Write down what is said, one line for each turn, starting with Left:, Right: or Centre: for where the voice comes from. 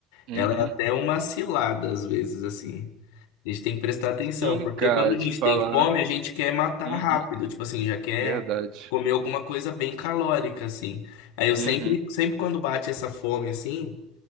Right: uhum.
Left: ela é até uma cilada, às vezes, assim. A gente tem que prestar atenção,
Right: Sim,
Left: porque
Right: cara,
Left: quando a
Right: te
Left: gente
Right: falar.
Left: tem fome, a gente quer matar
Right: Uhum,
Left: rápido, tipo assim, já quer
Right: verdade.
Left: comer alguma coisa bem calórica, assim. Aí eu sempre,
Right: Uhum.
Left: sempre quando bate essa fome, assim.